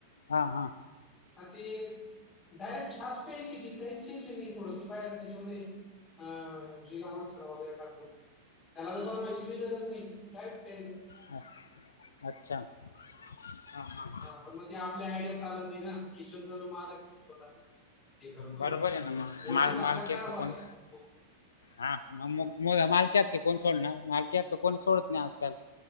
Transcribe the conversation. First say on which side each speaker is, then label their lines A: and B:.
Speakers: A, on the left (about 80°); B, on the left (about 30°).
A: हा, हा.
B: आ ते. डायरेक्ट <unintelligible> थोडंसय त्याच्यामध्ये. <inaudible> अं जी <unintelligible> वगैरे टाकून. त्याला बनवायची पण गरज नाही, डायरेक्ट प्यायचं.
A: हाट. अच्छा, हा, हा.
B: हा, पण मग ते आपल्या आयडिया चालत नाही ना, किचनचा जो माल आहे स्वतःचाचं हे करतो,
A: बरोबर आहे ना मग
B: मोदी
A: माल
B: सारखा.
A: मालकी कोण
B: <unintelligible>
A: हा, म-मग मालकी हक्क कोण सोडणार? मालकी हक्क कोण सोडत नाही आजकाल.